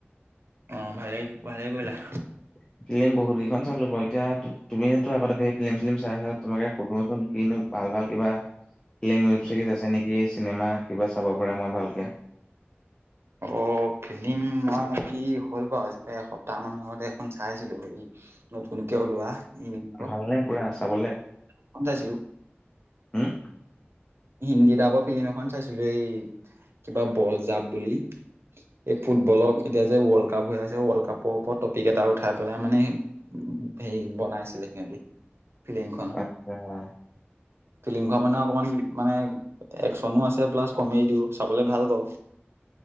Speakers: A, on the right; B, on the left.
A: অহ ভালেই ভালেই কৰিলা।
B: <unintelligible> ফিল্ম বহুত কেইখন চালো বা এতিয়া তুমিয়েটো আগতে ঢেই সেই ফিল্ম-চিলম চাইছ তোমাকে সুধোচোন কিনো ভাল ভাল কিবা ফিল্ম ৱেব চিৰিজ আছে নেকি চিনেমা কিবা চাব পাৰে মই ভালকে? <inaudible>
A: অ ফিল্ম মই কি হ'ল বাৰু আজি হ'ল বাৰু এসপ্তাহ মানৰ আগতে এখন চাইছিলো। সেই নতুনকে ওলোৱা ইউপ
B: ভালনে পুৰা চাবলে
A: খন চাইছিলো
B: উম
A: হিন্দী তাইপৰ ফিল্ম এখন চাইছিলো এই কিবা বল জাব বুলি। এই ফুটবলক এতিয়া যে ৱৰ্ল্ড কাপ হৈ আছে ৱৰ্ল্ড কাপৰ ওপৰত টপিক এটা উঠাই পেলাই মানে- হেৰি বনাইছিলে সিহঁতি ফিল্মখন,
B: আচ্ছা হয়
A: ফিল্মখন মানে অকণমান মানে একচনো আছে প্লাছ কমেডি দিও চাবলৈ ভাল পাওঁ।